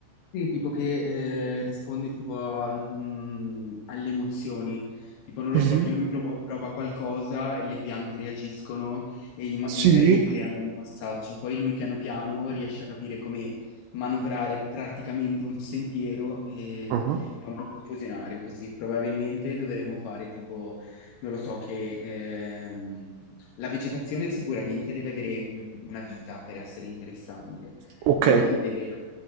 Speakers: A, on the left (about 65°); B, on the right (about 80°).
A: Sì, tipo che eh, risponde tipo al- mm, alle emozioni, tipo non
B: Mhm.
A: lo so, che lui provo- prova qualcosa e le piante reagiscono e, i ma- e
B: Sì.
A: magari creano un passaggio, poi lui piano piano riesce a capire come manovrare praticamente un sentiero, e...
B: Ah,
A: però è un po' confusionario così, probabilmente dovremmo fare tipo, non lo so, che ehm, la vegetazione sicuramente deve avere un- una vita per essere interessante,
B: Ok.
A: quindi deve